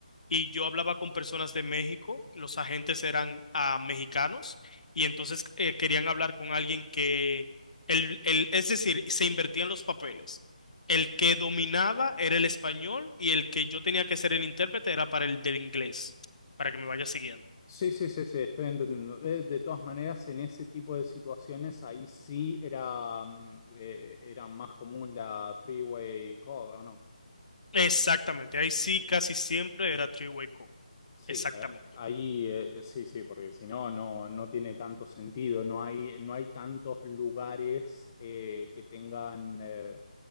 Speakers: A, on the left; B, on the left.
A: y yo hablaba con personas de México, los agentes eran ah, mexicanos y entonces eh, querían hablar con alguien que, el, el- es decir, se invertían los papeles. El que dominaba era el español y el que yo tenía que ser el intérprete era para el del inglés, para que me vaya siguiendo.
B: Sí, sí, sí, sí, estoy entendiendo. Eh, De, todas maneras, en ese tipo de situaciones, ahí sí era, mm, eh, era más común la three-way call, ¿o no?
A: Exactamente, ahí sí casi siempre era three-way call,
B: Sí,
A: exactamente.
B: eh, ahí eh, sí, sí, porque si no, no, no tiene tanto sentido, no hay, no hay tantos lugares eh, que tengan, eh,